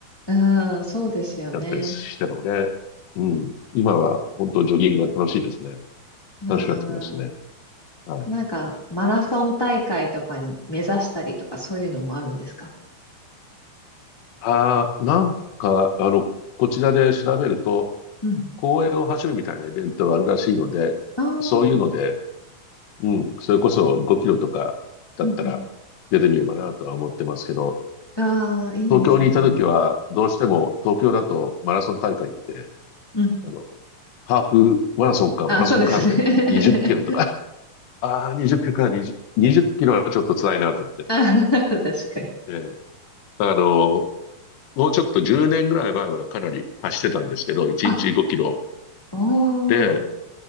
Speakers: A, on the left; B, on the left.
A: うん、そうですよね。
B: やったりしたので、うん、今は本当ジョギングが楽しいですね。
A: なあ、
B: 楽しくなってきましたね。はい。
A: なんか、マラソン大会とかに目指したりとか、そういうのもあるんですか
B: ああ、なんか、あの、こちらで調べると、
A: うん。
B: 公園を走るみたいなイベントがあるらしいので、
A: ああ、うん
B: そういうので、うん。それこそ5キロとかだったら出てみようかなとは思ってますけど、
A: うん。ああ、いいですね。
B: 東京にいた時はどうしても東京だとマラソン大会って、
A: うん。
B: あの、ハーフマラソンかマラソンかみたいになって20キロとか、
A: あ、そうですね。
B: <laughs> ああ、20キロか20、20キロはちょっと辛いなと思って。
A: <laughs> あ、確かに。
B: ええあの、もうちょっと10年ぐらい前はかなり走ってたんですけど、1日5キロ
A: あ、おー、
B: で、